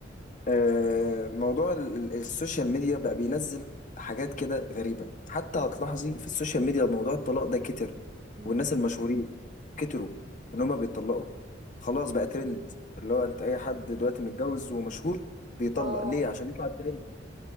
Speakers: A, on the left; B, on the right.
A: آه، موضوع ال- ال- السوشيال ميديا بقى بينزل حاجات كده غريبة حتى هتلاحظي في السوشيال ميديا موضوع الطلاق ده كتر
B: مم.
A: والناس المشهورين كتروا ان هما بيتطلقوا خلاص بقى ترند اللي هو انت اي حد
B: مم.
A: دلوقتي متجوز ومشهور بيطلق
B: اه
A: ليه عشان يطلع الترند